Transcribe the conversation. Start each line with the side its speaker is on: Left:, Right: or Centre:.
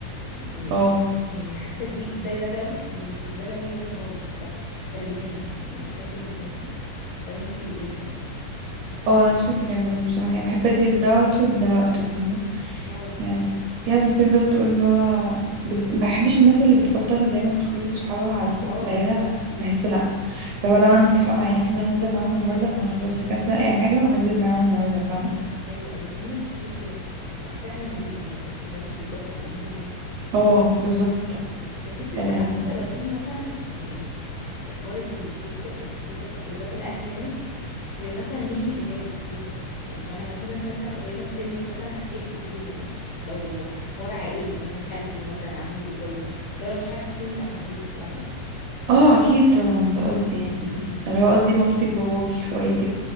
Left: يعني
Right: اه
Left: يعني حاسه دي ده ده جو ود- وده جو تاني خالص بصراحه فالاتنين يعني بحب الاتنين طب انتي ايه طيب
Right: اه نفس الكلام برضه بصراحة يعني بحب ادي لده وقته ولده وقته فاهمة
Left: اه
Right: يعني في ناس بتفضل تقول اللي هو بت... بحبش الناس اللي بتفضل دايما خروجة صحابها على خروجة
Left: اه
Right: العيلة لا بحس لو لو انا متفقه مع عيلتي ان انا هنزل معاهم النهارده فانا خلاص هكنسل اي حاجه وهنزل معاهم النهارده فاهمه
Left: ايوه ايوه في ناس كتير كده بصراحه بس بحسها حاجه مريبه بجد اللي هو مش للدرجه يعني في ايه
Right: اه بالظبط
Left: بس دي بتفرق
Right: اه
Left: على فكره لو في مثلا يعني حوار الخروج الخروج خروجات الاهل يعني في مثلا مين اللي خارج الخروجه يعني فاهمه لو في ناس مثلا قريبه في سنك مثلا هتحبي الخروجه مثلا لو حوار عائلي مثلا خالته مثلا عمته الجو ده لو لو مش حد في سني لا مش هروح فاهمه
Right: آه، اكيد طبعا ده قصدي
Left: اه
Right: يعني اللي هو قصدي مامتك باباكي اخواتك